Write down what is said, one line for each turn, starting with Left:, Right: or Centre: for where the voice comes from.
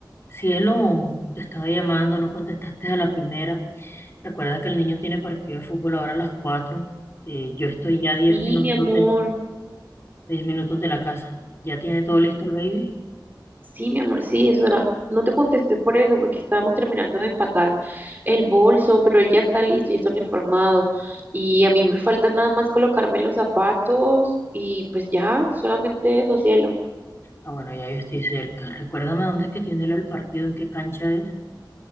Left: Cielo, te estaba llamando, no contestaste a la primera. Recuerda que el niño tiene partido de fútbol ahora a las 4. Eh, yo estoy ya
Right: Sí,
Left: a 10 minutos
Right: mi amor,
Left: de, 10 minutos de la casa. ¿Ya tiene todo listo el baby?
Right: sí, mi amor, sí, eso era- no te contesté por eso, porque estábamos terminando de empacar el bolso, pero él ya está listo, ya está uniformado, y a mí me falta nada más colocarme los zapatos, y pues ya, solamente eso, cielo.
Left: Ah, bueno, ya yo estoy cerca. Recuérdame dónde es que tiene el partido, en qué cancha es.